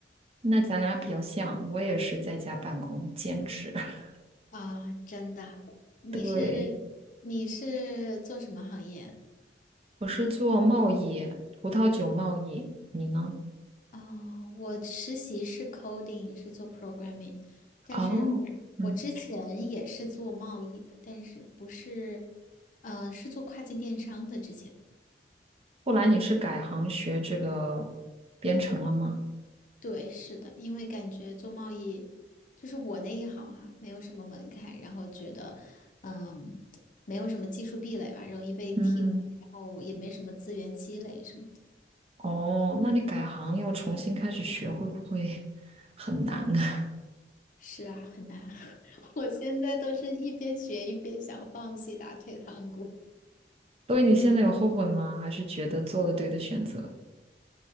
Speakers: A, on the right; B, on the left.
A: 那咱俩比较像，我也是在家办公兼职。<laughs>
B: 啊，真的。你是你是做什么行业？
A: 对，我是做贸易，葡萄酒贸易。你呢？
B: 哦，我实习是 coding，是做 programming，但是
A: 哦，嗯，
B: 我之前也是做贸易的，但是不是，呃，是做跨境电商的。之前，
A: 后来你是改行学这个编程了吗？
B: 对，是的，因为感觉做贸易就是我那一行哈、没有什么门槛，然后觉得，嗯，没有什么技术壁垒吧，容易被替换，
A: 嗯，
B: 然后也没什么资源积累什么的。
A: 哦，那你改行要重新开始学，会不会很难啊？
B: 是啊，很难。<laughs> 我现在都是一边学一边想放弃打退堂鼓。
A: <laughs> 所以你现在有后悔吗？还是觉得做了对的选择？